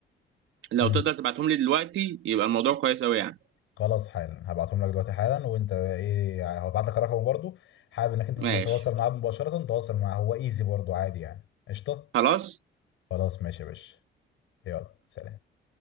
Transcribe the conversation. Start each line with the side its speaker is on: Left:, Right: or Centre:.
Right: لو
Left: طول
Right: تقدر تبعتهم لي دلوقتي يبقى الموضوع كويس قوي يعني
Left: خلاص حالا هبعتهم لك دلوقتي حالا وانت بقى ايه يعني هبعت لك رقمه برضو حابب انك انت تتواصل
Right: ماشي
Left: معاه مباشرة تواصل معاه هو ايزي برضو عادي يعني قشطة
Right: خلاص
Left: خلاص ماشي يا باشا يلا سلام